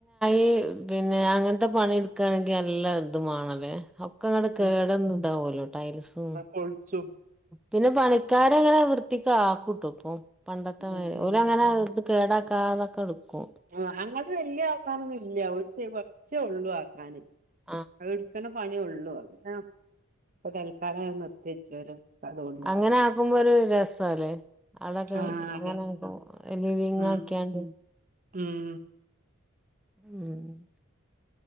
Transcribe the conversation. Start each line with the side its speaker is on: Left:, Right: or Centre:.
Centre: ഈ പിന്നെ അങ്ങനത്തെ പണി എടുക്കാണെങ്കിൽ നല്ലാം ഇതുമാണല്ലേ ക്കെ അങ്ങട് കേട്
Right: ഉം
Centre: വന്ന് ഇതാവൂല്ലോ ടൈൽസും
Right: കൊഴിച്ചും
Centre: പിന്നെ പണിക്കാര് അങ്ങനെ വൃത്തിക്ക്‌ ആക്കൂട്ടോ ഇപ്പൊ പണ്ടത്തെ മാതിരി
Right: ഉം ഉം
Centre: ഓലങ്ങനെ ഇത് കേടാക്കാതെ ഒക്കെ എടുക്കും
Right: ആഹ് ഞങ്ങൾത് വല്യ ആക്കാനൊന്നും ഇല്ല ഒരു കുറച്ചേ ഉള്ളൂ ആക്കാന്
Centre: ആഹ്
Right: അത് എടു ക്കലെ പണിയൊള്ളൂ അങ്ങനെ ഇപ്പൊ തൽക്കാലം നിർത്തി വെച്ച് ഓരോ അതുകൊണ്ട്
Centre: അങ്ങനെ ആക്കുമ്പോ ഒരു രസവല്ലേ ആളൊക്കെ
Right: ആഹ് അതെ
Centre: അങ്ങനെയൊക്കെ ലിവിങ്ങ്
Right: ഉം
Centre: ആക്കിയാണ്ട്
Right: ഉം
Centre: ഉം